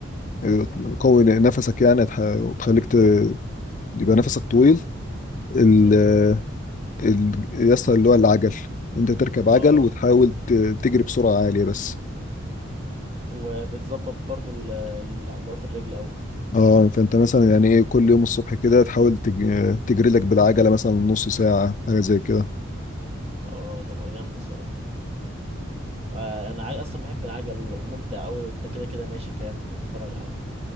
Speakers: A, on the left; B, on the right.
A: آه، تقوي نفسك يعني هتح- وتخليك ت... يبقى نفسك طويل ال...
B: اه
A: ال... يا اسطى اللي هو العجل انت تركب
B: اه
A: عجل وتحاول ت... تجري بسرعة عالية بس
B: وبتظبط برضو ال- ال- عضلات الرجل قوي
A: اه فانت مثلا يعني ايه كل يوم الصبح كده تحاول تج... تجري لك بالعجلة مثلا نص ساعة حاجة زي كده
B: اه تبقى جامدة صراحة آه، انا عا- اصلا بحب العجل وممتع قوي انت كده كده ماشي فاهم بتتفرج على